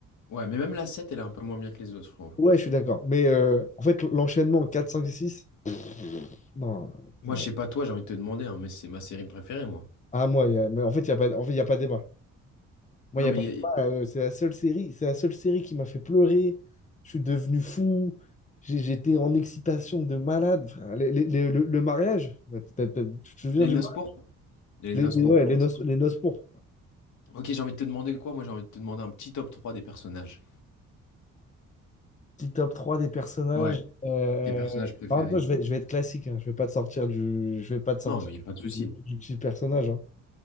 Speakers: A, on the left; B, on the left.
A: Ouais, mais même la sept elle est un peu moins bien que les autres, je trouve.
B: Ouais, je suis d'accord. Mais euh, en fait, l'enchaînement 4 5 6 non,
A: Moi,
B: non.
A: je sais pas toi, j'ai envie de te demander, hein, mais c'est ma série préférée, moi.
B: À moi, il y a- mais en fait, il n'y a pas, en fait, il y a pas débat. Moi,
A: Non,
B: il n'y
A: mais
B: a pas de
A: y a- y a-
B: débat, euh, c'est la seule série, c'est la seule série qui m'a fait pleurer. Je suis devenu fou. J'ai- J'étais en excitation de malade. Enfin, les- les- les- le, le mariage, bah, t'as- t'as- tu te souviens
A: les
B: du
A: Noces
B: mariage?
A: Pourpres. Les
B: Les,
A: Noces
B: les-
A: Pourpres.
B: ouais, les noces, les noces pourpres.
A: Ok, j'ai envie de te demander quoi? Moi, j'ai envie de te demander un petit top 3 des personnages.
B: Petit top 3 des personnages.
A: Ouais,
B: Euh,
A: tes personnages préférés.
B: En même temps, je vais, je vais être classique. hein. Je vais pas te sortir du, je vais pas te sortir
A: Non, mais il n'y a pas de souci.
B: du, du petit personnage. hein.